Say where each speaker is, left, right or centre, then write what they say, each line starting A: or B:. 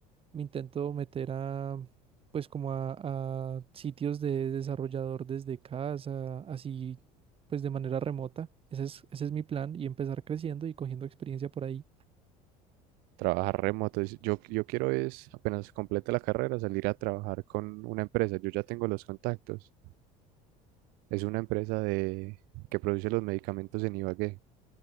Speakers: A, on the right; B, on the right.
A: me intento meter a pues como a, a sitios de desarrollador desde casa, así pues de manera remota. Ese es, ese es mi plan y empezar creciendo y cogiendo experiencia por ahí.
B: Trabajar remoto. es- Yo, yo quiero es, apenas complete la carrera, salir a trabajar con una empresa. Yo ya tengo los contactos. Es una empresa de, que produce los medicamentos en Ibagué.